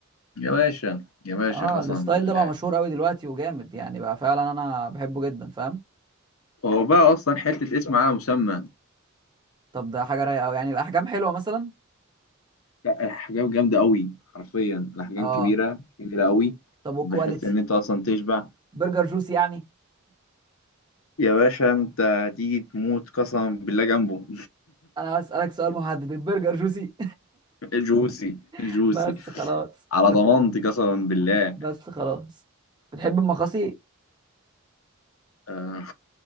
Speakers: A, on the left (about 85°); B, on the right (about 20°).
A: يا باشا يا باشا
B: اه
A: قسما
B: الستايل
A: بالله
B: ده بقى مشهور قوي دلوقتي وجامد يعني بقى فعلا انا بحبه جدا فاهم
A: هو بقى اصلا حته اسم على مسمى
B: طب ده حاجه رايقه قوي يعني الاحجام حلوه مثلا
A: لا الاحجام جامده قوي حرفيا الاحجام
B: اه
A: كبيره كبيره قوي
B: طب والكواليتي
A: بحيث ان انت اصلا تشبع
B: برجر جوسي يعني
A: يا باشا انت هتيجي تموت قسما بالله جنبه
B: انا هسالك سؤال محدد البرجر جوسي
A: <laughs> جوسي
B: <laughs>
A: جوسي
B: بس خلاص
A: على
B: بس
A: ضمانتي قسما بالله
B: بس خلاص بتحب المخاصي
A: آه،